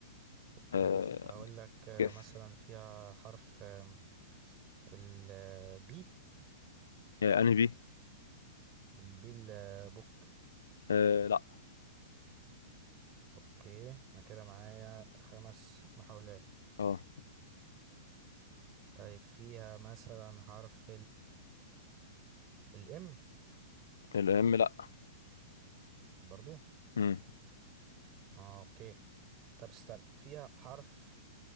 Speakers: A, on the right; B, on the left.
A: اوكي
B: آه
A: هقول لك آه،
B: جس
A: مثلا فيها حرف آم، البي
B: يعني انهي
A: البي البوك
B: آه لا
A: اوكي انا كده معايا خمس محاولات
B: اه
A: طيب فيها مثلا حرف الام
B: الام لا
A: برضو
B: مم.
A: اه اوكي طب استنى فيها حرف